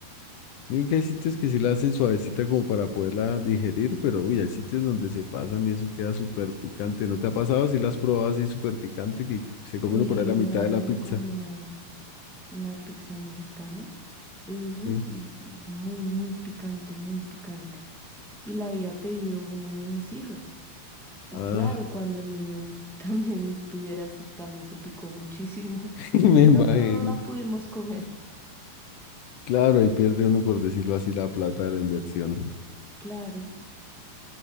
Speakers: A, on the left; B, in the centre.
A: Yo creo que hay sitios que sí la hacen suavecita como para poderla digerir, pero uy, hay sitios donde se pasan y eso queda súper picante. ¿No te ha pasado si la has probado así súper picante que se come
B: Sí,
A: uno por ahí la
B: una
A: mitad de
B: vez
A: la
B: me
A: pizza?
B: comí una una pizza mexicana. y uy,
A: Sí.
B: y, y muy, muy picante, muy picante. Y la había pedido uno de mis hijos. Y
A: Ah,
B: claro, cuando el niño <laughs> también tuviera, se- también se picó muchísimo. <laughs>
A: <laughs> y me
B: Y
A: imagino.
B: no, no, no la pudimos comer.
A: Claro, ahí pierde uno, por decirlo así, la plata de la inversión.
B: Claro.